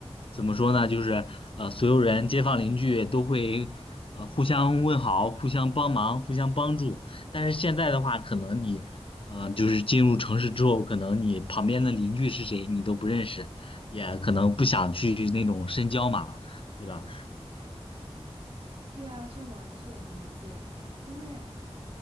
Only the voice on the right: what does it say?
对啊，这完全理解，因为